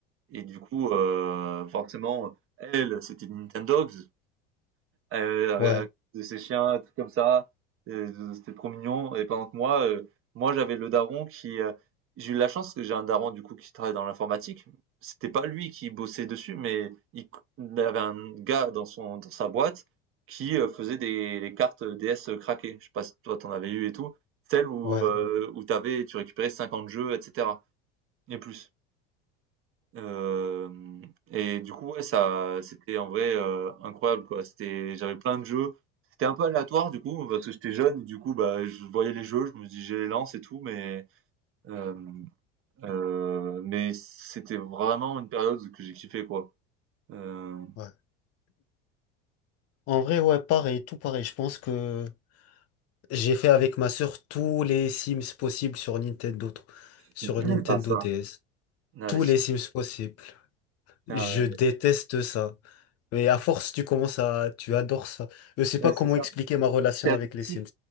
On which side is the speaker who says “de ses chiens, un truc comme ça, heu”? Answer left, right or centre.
Right